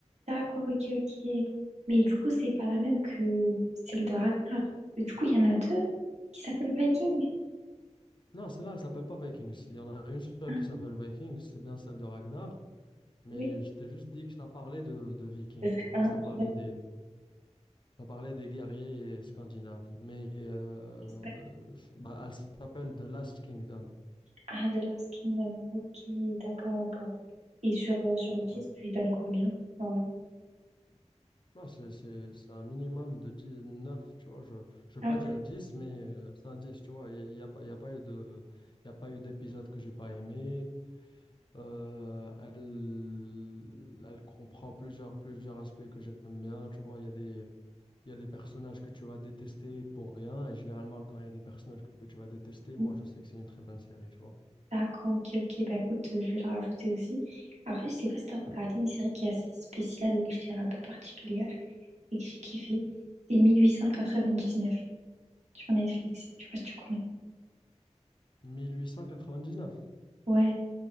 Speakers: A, on the right (about 70°); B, on the left (about 40°).
A: D'accord, ok, ok. Mais du coup, c'est pas la même que celle de Ragnar. Du coup, il y en a deux qui s'appellent Viking.
B: Non, celle-là, elle s'appelle pas Vikings. Il y en a une seule
A: Ah,
B: qui s'appelle Vikings, c'est bien celle de Ragnar, mais
A: oui.
B: je t'ai juste dit que ça parlait de, de Vikings,
A: Il y
B: tu vois,
A: en a
B: ça
A: Un
B: parlait
A: qui
B: des, ça parlait des guerriers scandinaves. Mais euh,
A: s'appelle
B: c- bah, elle s'appelle The Last Kingdom.
A: Ah, The Last Kingdom. Ok, d'accord, d'accord. Et sur, euh, sur 10
B: Ouais.
A: tu lui donnes combien? Ah, ouais.
B: Non, c'est, c'est, c'est un minimum de dix neuf tu vois. Je ne veux
A: Ah
B: pas dire dix mais euh, c'est un dix tu vois. Il n'y a, il y a pas il y a pas eu de, il y a pas eu d'épisode que j'ai pas aimé. Euh, elle, elle comprend plusieurs, plusieurs aspects que j'aime bien. Tu vois, il y a des, il y a des personnages que tu vas détester pour rien. Et généralement, quand il y a des personnages que tu vas détester, moi,
A: oui.
B: je sais que c'est une très bonne série, tu vois.
A: D'accord, ok, ok. Bah écoute, euh, je vais la rajouter aussi. Après, je sais pas si t'as regardé une série qui est assez spéciale, je dirais un peu particulière, et que j'ai kiffé. C'est 1899 sur Netflix. Je sais pas si tu connais.
B: 1899.
A: Ouais,